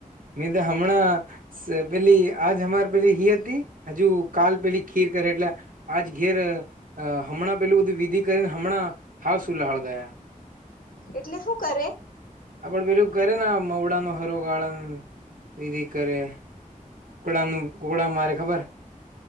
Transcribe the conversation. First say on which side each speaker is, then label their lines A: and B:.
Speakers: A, on the right; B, on the left.
A: મે તો હમણાં. પેલી આજ અમારે પે રહી હતી, હજુ કાલ પેલી ખીર કરે એટલે. આજ ઘેર હમણાં પેલું બધું વિધિ કરીને હમણાં હા, સુઈ ગયા. <unintelligible>
B: એટલે શું કરે.
A: આપડે પેલું કરે ને મવડામા હરોગાળન વિધિ કરે. કુકડાનું કુકડા મારે ખબર હે